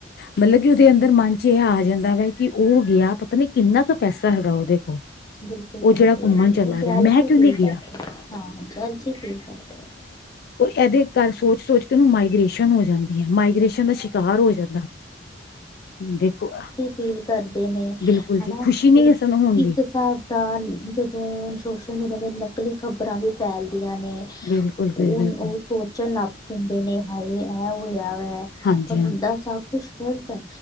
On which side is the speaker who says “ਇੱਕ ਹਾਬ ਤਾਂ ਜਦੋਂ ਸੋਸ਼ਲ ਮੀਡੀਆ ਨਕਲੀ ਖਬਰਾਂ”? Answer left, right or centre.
Left